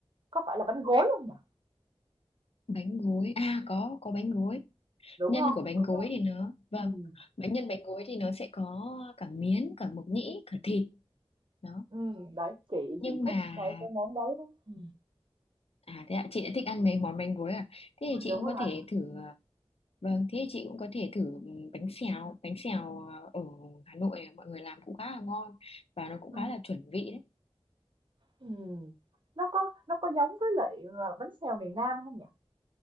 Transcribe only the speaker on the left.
bánh gối à có có bánh gối
nhân
của bánh
gối
thì nó vâng
bánh nhân bánh gối thì nó sẽ có cả miến cả mộc nhĩ cả thịt đó
nhưng
mà
à thế ạ chị đã thích ăn mấy món bánh gối à thế thì
chị cũng
có thể thử à, vâng thế thì chị cũng có thể thử bánh xèo bánh xèo à, ở Hà Nội mọi người làm cũng khá là ngon và nó cũng
khá là chuẩn vị đấy